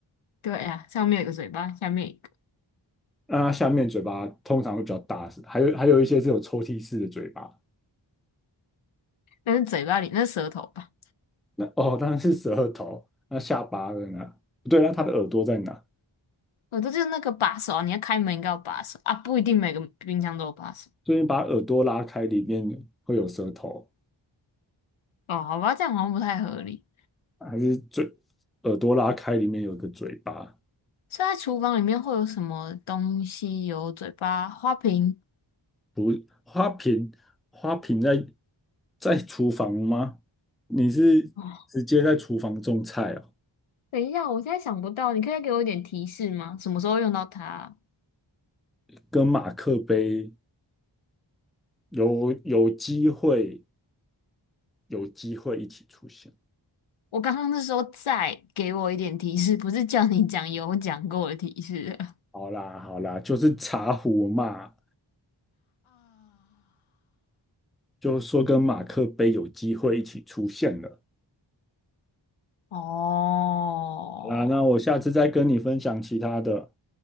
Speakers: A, on the left; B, in the centre.
A: 对呀、上面有一个嘴巴，下面有一个，
B: 那它下面嘴巴通常会比较大，是还有还有一些是有抽屉式的嘴巴。
A: 但是嘴巴里那是舌头吧？
B: 那哦，当然是舌头。那下巴在哪？不对，那它的耳朵在哪？
A: 我这就是那个把手啊，你要开门应该有把手啊，不一定每个冰箱都有把手
B: 所以你把耳朵拉开，里面会有舌头，
A: 哦。好吧，这样好像不太合理。
B: 还是嘴？耳朵拉开，里面有个嘴巴。
A: 所以在厨房里面会有什么东西有嘴巴？花瓶
B: 不，花瓶，花瓶在在厨房吗？你是直接在厨房种菜哦，
A: 哦，等一下，我现在想不到，你可以给我一点提示吗？什么时候用到它啊？
B: 跟马克杯有有机会有机会一起出现。
A: 我刚刚是说再给我一点提示，不是叫你讲有讲过的提示啊。
B: 好啦好啦，就是茶壶嘛，就说跟马克杯有机会一起出现了。
A: 哦，
B: 好啦，那我下次再跟你分享其他的，